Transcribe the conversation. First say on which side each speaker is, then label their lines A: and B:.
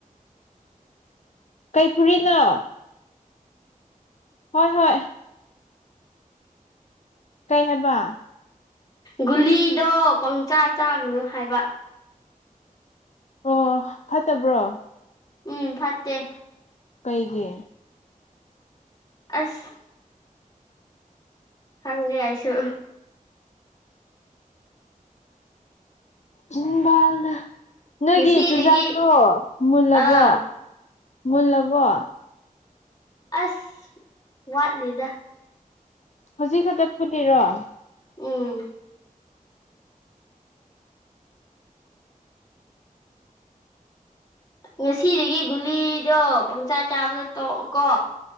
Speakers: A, on the left; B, on the left.
A: ꯀꯩ ꯐꯨꯔꯤꯠꯅꯣ ꯍꯣꯏ ꯍꯣꯏ ꯀꯩ ꯍꯥꯏꯕ
B: ꯒꯨꯂꯤꯗꯣ ꯄꯪꯆꯥ ꯆꯥꯒꯅꯨ ꯍꯥꯏꯕ
A: ꯑꯣ ꯑꯣ ꯐꯠꯇꯕ꯭ꯔꯣ
B: ꯎꯝ ꯐꯠꯇꯦ
A: ꯀꯩꯒꯤ
B: ꯑꯁ ꯈꯪꯗꯦ ꯑꯩꯁꯨ
A: <unintelligible> ꯅꯣꯏꯒꯤ
B: ꯉꯁꯤꯗꯒꯤ
A: ꯆꯨꯖꯥꯛꯇꯣ ꯃꯨꯜꯂꯕꯣ
B: ꯑꯥ
A: ꯃꯨꯜꯂꯕꯣ
B: ꯑꯁ ꯋꯥꯠꯂꯤꯗꯥ
A: ꯍꯧꯖꯤꯛ ꯈꯛꯇ ꯐꯨꯠꯂꯤꯔꯣ
B: ꯎꯝ ꯉꯁꯤꯗꯒꯤ ꯒꯨꯂꯤꯗꯣ ꯄꯪꯁꯥ ꯆꯥꯕꯗꯣ ꯇꯣꯛꯑꯣꯀꯣ